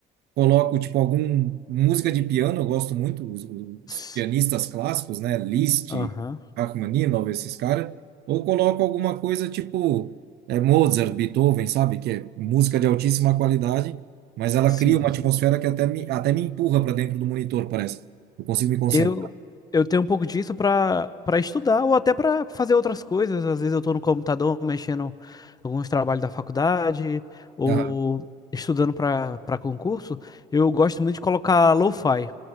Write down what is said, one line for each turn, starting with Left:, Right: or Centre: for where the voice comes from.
Right: coloco tipo algum música de piano, eu gosto muito os, os
Left: <laughs>
Right: pianistas clássicos, né, Liszt,
Left: Aham.
Right: Rachmaninoff, esses caras, ou coloco alguma coisa tipo é, Mozart, Beethoven, sabe, que é música de altíssima qualidade, mas ela
Left: Sim.
Right: cria uma atmosfera
Left: sim.
Right: que até me até me empurra para dentro do monitor, parece. Eu consigo me concentrar.
Left: Eu, eu tenho um pouco disso pra para estudar ou até pra fazer outras coisas. Às vezes eu tô no computador mexendo alguns trabalhos da faculdade ou
Right: Aham.
Left: estudando pra para concurso. Eu gosto muito de colocar lo-fi,